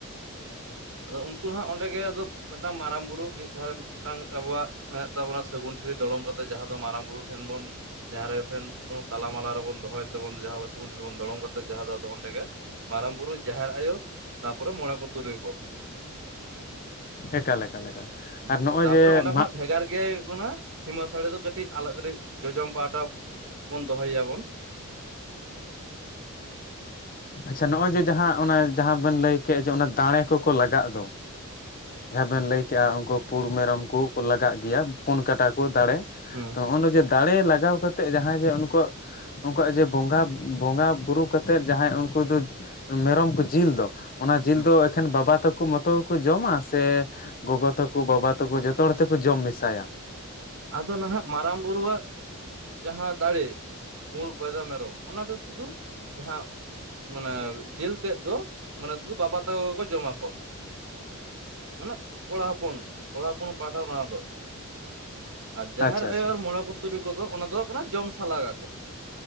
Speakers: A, on the right; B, on the left.
A: ᱟᱫᱚ ᱩᱱᱠᱩ ᱦᱟᱸᱜ ᱚᱸᱰᱮ ᱜᱮ ᱟᱫᱚ ᱢᱮᱫᱴᱟᱝ ᱢᱟᱨᱟᱝ ᱵᱩᱨᱩ ᱢᱤᱜ ᱫᱷᱟᱨᱮ <inaudible> ᱟᱵᱚᱣᱟᱜ ᱢᱮᱱᱟᱜ ᱛᱟᱵᱚᱱᱟ ᱥᱟᱹᱜᱩᱱ ᱴᱷᱤᱨᱤ ᱫᱚᱲᱚᱢ ᱠᱟᱛᱮᱜ ᱡᱟᱦᱟᱸ ᱫᱚ ᱢᱟᱨᱟᱝ ᱵᱩᱨᱩ ᱴᱷᱮᱱ ᱵᱚᱱ ᱡᱟᱦᱮᱨ ᱟᱭᱳ ᱴᱷᱮᱱ ᱛᱟᱞᱟ ᱢᱟᱞᱟ ᱨᱮᱵᱚᱱ ᱫᱚᱦᱚᱭ ᱛᱮᱵᱚᱱ ᱡᱟᱦᱟᱸ ᱥᱟᱹᱜᱩᱱ <inaudible> ᱵᱚᱱ ᱫᱚᱲᱚᱢ ᱠᱟᱛᱮᱜ ᱡᱟᱦᱟᱸ ᱫᱚ ᱟᱫᱚ ᱚᱸᱰᱮ ᱜᱮ ᱢᱟᱨᱟᱝ ᱵᱩᱨᱩ ᱡᱟᱦᱮᱨ ᱟᱭᱳ ᱛᱟᱯᱚᱨᱮ ᱢᱚᱬᱮ ᱠᱚ ᱛᱩᱨᱩᱭ ᱠᱚ
B: ᱮᱠᱟᱞ ᱮᱠᱟᱞ ᱮᱠᱟᱞ ᱟᱨ
A: ᱩ
B: ᱱᱚᱜᱼᱚᱭ
A: ᱛᱟᱯᱚᱨᱮ
B: ᱡᱮ
A: ᱚᱸᱰᱮ ᱠᱷᱚᱱᱟᱜ
B: ᱢᱟᱜ
A: ᱵᱷᱮᱜᱟᱨ ᱜᱮ ᱚᱱᱟ ᱥᱤᱢᱟᱹ ᱥᱟᱹᱲᱮ ᱫᱚ ᱠᱟᱹᱴᱤᱡ ᱟᱞᱟᱜ ᱨᱮᱜ ᱡᱚᱡᱚᱢ ᱯᱟᱦᱴᱟ ᱵᱚᱱ ᱫᱚᱦᱚᱭᱮᱭᱟ ᱵᱚᱱ
B: ᱟᱪᱪᱷᱟ ᱱᱚᱜᱼᱚᱭ ᱡᱮ ᱡᱟᱦᱟᱸ ᱚᱱᱮ ᱡᱟᱦᱟᱸ ᱵᱮᱱ ᱞᱟᱹᱭ ᱠᱮᱫ ᱡᱮ ᱚᱱᱟ ᱫᱟᱸᱬᱮ ᱠᱚᱠᱚ ᱞᱟᱜᱟᱜ ᱫᱚ᱾ ᱡᱟᱦᱟᱸ ᱵᱮᱱ ᱞᱟᱹᱭ ᱠᱮᱜᱼᱟ ᱩᱱᱠᱩ ᱯᱩᱲ ᱢᱮᱨᱚᱢ ᱠᱩ ᱞᱟᱜᱟᱜ ᱜᱮᱭᱟ ᱯᱩᱱ ᱠᱟᱴᱟ ᱠᱚ ᱫᱟᱬᱮ
A: ᱦᱩᱸ
B: ᱛᱚ ᱦᱚᱜᱼᱱᱚ ᱡᱮ ᱫᱟᱬᱮ ᱞᱟᱜᱟᱣ ᱠᱟᱛᱮᱫ ᱡᱟᱦᱟᱸᱭ ᱡᱮ ᱩᱱᱠᱩᱣᱟᱜ ᱩᱱᱠᱩᱣᱟᱜ ᱡᱮ ᱵᱚᱸᱜᱟ ᱵᱚᱸᱜᱟ ᱵᱩᱨᱩ ᱠᱟᱛᱮᱫ ᱡᱟᱦᱟᱸᱭ ᱩᱱᱠᱩ ᱫᱚ ᱢᱮᱨᱚᱢ ᱠᱚ ᱡᱤᱞ ᱫᱚ, ᱚᱱᱟ ᱡᱤᱞ
A: ᱦᱩᱸ
B: ᱫᱚ ᱮᱠᱷᱮᱱ ᱵᱟᱵᱟ ᱛᱟᱠᱩ ᱢᱚᱛᱚ ᱜᱮᱠᱚ ᱡᱚᱢᱟ ᱥᱮ ᱜᱚᱜᱚ ᱛᱟᱠᱚ ᱵᱟᱵᱟ ᱛᱟᱠᱚ ᱡᱚᱛᱚ ᱦᱚᱲ ᱛᱮᱠᱚ ᱡᱚᱢ ᱢᱮᱥᱟᱭᱟ?
A: ᱟᱫᱚ ᱱᱟᱦᱟᱜ ᱢᱟᱨᱟᱝ ᱵᱩᱨᱩᱣᱟᱜ ᱡᱟᱦᱟᱸ ᱫᱟᱲᱮ ᱯᱩᱸᱲ ᱵᱮᱭᱫᱟ ᱢᱮᱨᱚᱢ ᱚᱱᱟ ᱫᱚ ᱥᱩᱫᱩ ᱡᱟᱦᱟᱸ ᱢᱟᱱᱮ ᱡᱮᱹᱞ ᱛᱮᱫ ᱫᱚ ᱢᱟᱱᱮ ᱥᱩᱫᱩ ᱵᱟᱵᱟ ᱛᱟᱠᱚ ᱜᱮᱠᱚ ᱡᱚᱢᱟ ᱠᱚ ᱢᱟᱱᱮ ᱠᱚᱲᱟ ᱦᱚᱯᱚᱱ ᱠᱚᱲᱟ ᱦᱚᱯᱚᱱ ᱯᱟᱦᱴᱟ ᱚᱱᱟ ᱫᱚ ᱟᱨ ᱡᱟᱦᱮᱨ
B: ᱟᱪᱪᱷᱟ ᱟᱪᱪᱷᱟ
A: ᱟᱭᱳ ᱟᱨ ᱢᱚᱬᱮ ᱠᱚ ᱛᱩᱨᱩᱭ ᱠᱚᱫᱚ ᱚᱱᱟ ᱫᱚ ᱠᱟᱱᱟ ᱡᱚᱢ ᱥᱟᱞᱟᱜ ᱟᱠᱚ᱾